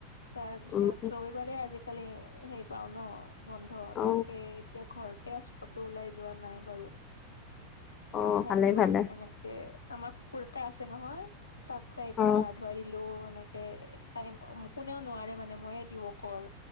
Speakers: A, on the left (about 75°); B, on the left (about 30°).
A: তাৰ পিছত
B: উম,
A: ৰবিবাৰে আজিকালি সেই পাও ন বন্ধ।
B: অ
A: তাকেই এতিয়া ঘৰতে আছোঁ ক'তো ওলাই যোৱা নাই বাৰু।
B: অ
A: মাথা
B: ভালে
A: ধোলো
B: ভালে
A: তেনেকে। আমাৰ কুকুৰ এটা আছে নহয় তাকো একো
B: অ',
A: গা ধুৱাই দিলোঁ এনেকে এই টাইম উম কোনেও নোৱাৰে মানে মইয়ে দিও অকল।